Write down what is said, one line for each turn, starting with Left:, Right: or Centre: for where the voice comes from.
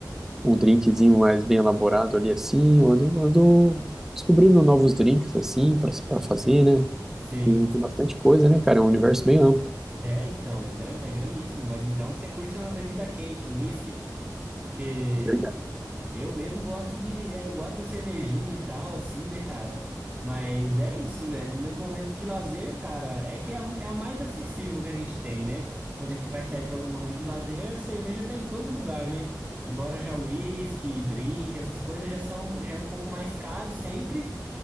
Centre: um drinkzinho mais bem elaborado ali assim. Eu ando, ando descobrindo novos drinks assim pra para fazer, né?
Right: sim.
Centre: Tem, tem bastante coisa, né, cara? É um universo bem amplo.
Right: É, então, é, gran- é grandíssimo, mas então você curte uma bebida quente, um whisky, que
Centre: Verdade,
Right: Eu mesmo gosto de, é, eu gosto da cervejinha e tal, assim, né, cara? Mas é isso, é, nos meus momentos de lazer, cara, é que é a, é a mais acessível que a gente tem, né? Quando a gente vai sair para algum momento de lazer, a cerveja tá em todo lugar, né? Agora já whisky, drink, essas coisas já são, já é um pouco mais caro sempre,